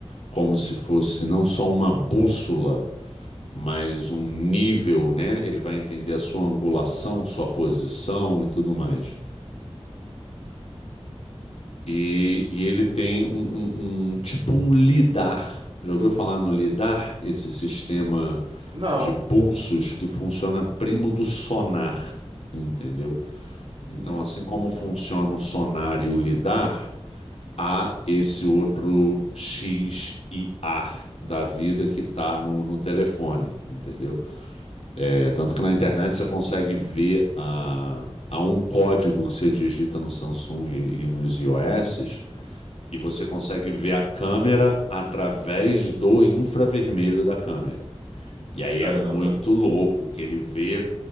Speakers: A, on the left; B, on the right.
A: como se fosse não só uma bússola, mas um nível, né? Ele vai entender a sua angulação, sua posição e tudo mais. E, e ele tem um, um, um tipo um lidar. Já ouviu falar no lidar? Esse sistema
B: não.
A: de pulsos que funciona primo do sonar, entendeu? Então,
B: Hum,
A: assim como funciona o sonar e o lidar, há esse outro X e A da vida que tá no, no telefone, entendeu? É, tanto que na internet você consegue ver a, a um código que você digita no Samsung e nos iOS, e você consegue ver a câmera através do infravermelho da câmera. E aí
B: caramba.
A: é muito louco que ele vê